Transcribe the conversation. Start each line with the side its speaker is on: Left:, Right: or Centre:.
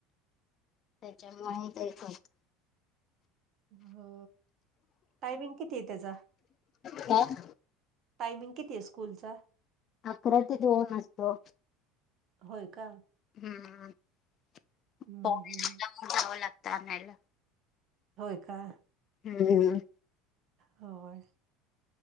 Left: त्याच्यामुळे ते एक होत.
Right: हो, टायमिंग कितीय त्याचा?
Left: काय
Right: टायमिंग कितीय स्कूलचा?
Left: अकरा ते दोन असतो,
Right: होय का
Left: हम्म. <unintelligible>
Right: हम्म
Left: जावं
Right: हम्म
Left: लागतं आणायला.
Right: होय का?
Left: हम्म.
Right: होय.